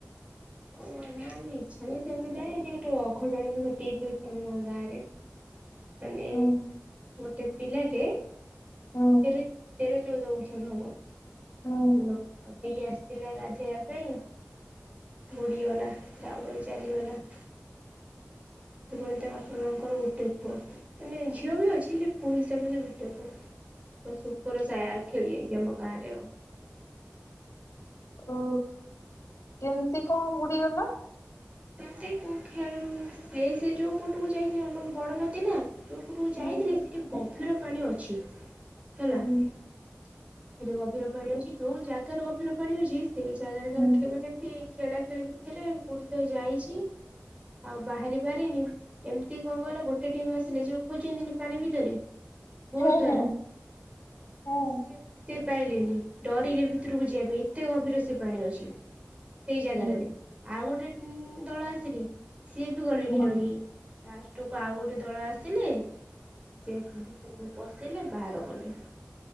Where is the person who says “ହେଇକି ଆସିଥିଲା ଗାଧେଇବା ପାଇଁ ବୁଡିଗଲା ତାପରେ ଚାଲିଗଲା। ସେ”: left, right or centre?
Right